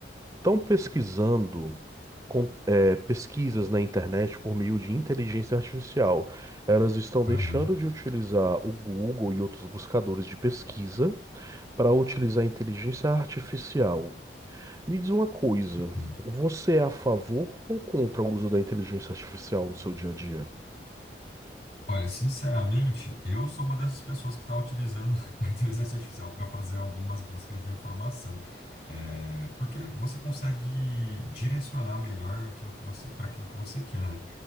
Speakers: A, on the right; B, on the left.
A: estão pesquisando com- é, pesquisas na internet por meio de inteligência artificial. Elas estão deixando
B: Aham,
A: de utilizar o Google e outros buscadores de pesquisa para utilizar a inteligência artificial. Me diz uma coisa,
B: entendi.
A: você é a favor ou contra o uso da inteligência artificial no seu dia a dia?
B: Olha, sinceramente, eu sou uma dessas pessoas que está utilizando <laughs> a inteligência artificial para fazer algumas buscas de informação, É, porque você consegue direcionar melhor aquilo que você para aquilo que você quer, né?